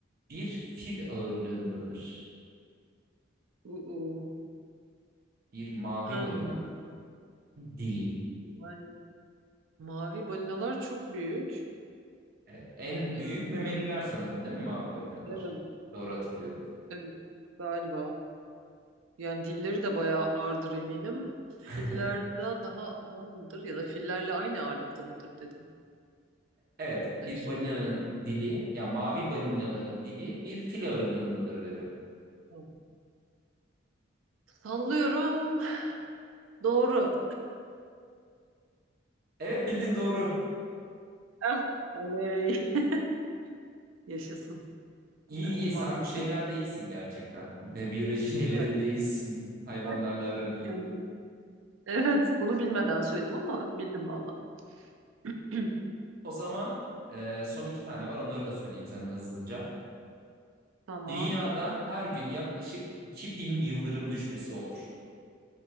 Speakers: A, on the right; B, on the right.
A: bir fil ağırlığındadır.
B: Uu.
A: Bir mavi
B: Hmm.
A: balinanın dili.
B: Yani mavi balinalar çok büyük.
A: Evet, en
B: Ee,
A: büyük memeliler sanırım değil mi mavi balinalar?
B: evet,
A: Doğru hatırlıyorum.
B: evet galiba. Yani dilleri de bayağı ağırdır eminim. Fillerden
A: <laughs>
B: daha ağır mıdır ya da fillerle aynı ağırlıkta mıdır dedim.
A: Evet, Evet.
B: Neyse.
A: bir balinanın dili, ya mavi balinaların dili bir fil ağırlığındadır dedim.
B: Tamam. Sallıyorum. Doğru.
A: Evet bildin doğru.
B: Eh, Oley. <laughs> Yaşasın.
A: İyi
B: Evet
A: iyi sen
B: mantıklı.
A: bir şeylerde
B: geldi.
A: iyisin gerçekten. <laughs> Ve Biyoloji şeylerinde
B: Evet.
A: iyisin. <laughs> Hayvanlarla
B: Eh,
A: aran iyi.
B: Yani, evet bunu bilmeden söyledim ama bildim valla. <clears throat>
A: O zaman e, son iki tane var onları da söyleyeyim sana hızlıca.
B: Tamam.
A: Dünyada her gün yaklaşık 2000 yıldırım düşmesi olur.